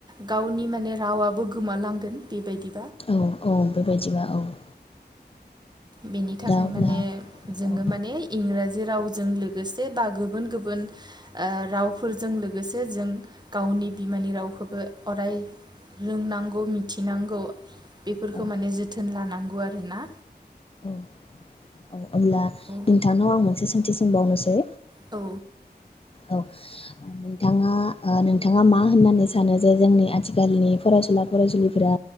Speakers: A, on the right; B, on the left.
A: गावनि मा माने रावाबो गोमालांगोन बेबायदि
B: औ औ बेबायदिबा औ <inaudible>
A: बेनि थाखाय
B: दा अब्ला
A: माने जोङो
B: औ
A: माने इंराजि राव जों लोगोसे बा गुबुन गुबुन ओ रावफोरजों लोगोसे जों गावनि बिमानि रावखौबो अराय रोंनांगौ मिथिनांगौ। बेफोरखौ
B: औ
A: माने जोथोन ला नांगौ आरोना
B: औ औ अब्ला
A: औ
B: नोंथांनाव आं मोनसे सों सोंबावनोसै
A: औ।
B: औ नोंथाङा नोंथाङा मा होननानै सानो जे जोंनि आथिखालनि फरायसुला फरायसुलिफोरा